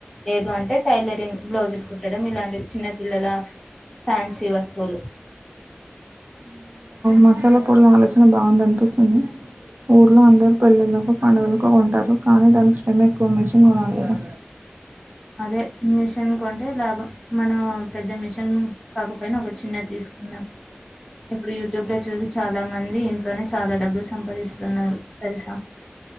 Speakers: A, in the centre; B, on the right.
A: లేదు అంటే టైలరింగ్ బ్లౌజులు కుట్టడం ఇలాంటివి చిన్న పిల్లల ఫ్యాన్సీ వస్తువులు
B: మసాలా పోడలా అల చాలా బాగుంది అనిపిస్తుంది ఊర్లో అందరు పెళ్లిళ్లకు పండుగలకు ఉంటారు కానీ దానికి శ్రమ ఎక్కువ మెషిన్ కొనాలికదా
A: అదే మిషన్ కొంటే లాభం మనం పెద్ద మిషన్ కాకపోయినా ఒక చిన్న తీసుకు ఇప్పుడు యూట్యూబ్ లో చూసి చాలా మంది ఇంట్లోనే చాలా డబ్బులు సంపాదిస్తున్నారు తెలుసా